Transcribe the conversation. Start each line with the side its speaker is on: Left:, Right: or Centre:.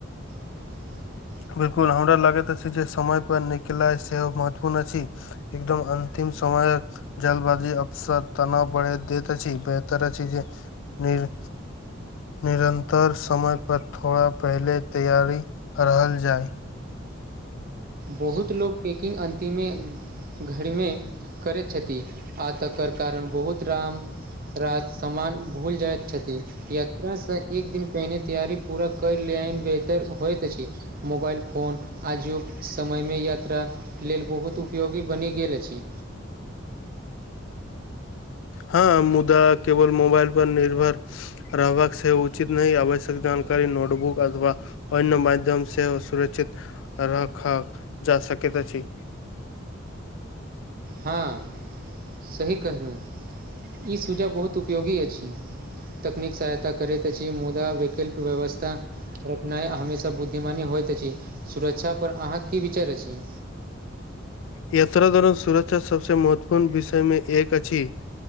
Right: <inaudible>
Left: बिल्कुल, हमरा लगैत अछि जे समय पर निकलनाइ बहुत महत्वपूर्ण अछि। एकदम अंतिम समय कऽ जल्दबाजी अक्सर तनाव बढ़ा दैत अछि, बेहतर अछि जे नहि। निरन्तर समयसँ थोड़ा पहिने तैयारी रहल जाइ।
Right: बहुत लोक पैकिंग अन्तिमे करैत छथि। घरमे करैत छथि आ तकर कारण बहुत राम रात सामान भूलि जाइत छथि। यात्रासँ एक दिन पहिने तैयारी पूरा कऽ लेनाइ बेहतर होइत अछि। मोबाइल फोन आजुग। समयमे यात्रा लेल बहुत उपयोगी बनि गेल अछि।
Left: हँ, मुदा केवल मोबाइल पर निर्भर। रहबाक से उचित नहि, आवश्यक जानकारी नोटबुक अथवा। अन्य माध्यम सेहो सुरक्षित राखल जा सकैत अछि।
Right: हँ, सही कहलहुँ, ई सुझाव बहुत उपयोगी अछि। तकनीक सहायता करै छै, मुदा वैकल्पिक व्यवस्था। रखनाइ हमेशा बुद्धिमानी होइत अछि। सुरक्षा पर अहाँके की विचार अछि?
Left: यात्रा दौरान सुरक्षा सबसे महत्वपूर्ण विषयमे एक अछि।